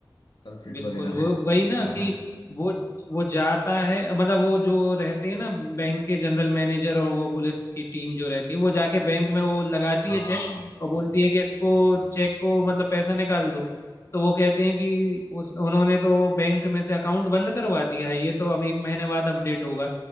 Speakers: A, on the left; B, on the left.
A: कल्प्रिट
B: बिल्कुल
A: वगैरह
B: वो
A: हैं
B: वही ना
A: हाँ
B: कि
A: हाँ
B: वो वो जाता है मतलब वो जो रहते हैं ना बैंक के जनरल मैनेजर और वो पुलिस की टीम जो रहती है वो जाके बैंक में वो लगाती
A: हाँ
B: है चेक
A: हाँ
B: और बोलती है कि इसको चेक को मतलब पैसा निकाल दो तो वो कहते हैं कि उस उन्होंने तो बैंक में से अकाउंट बंद करवा दिया है ये तो अब एक महीने बाद अपडेट होगा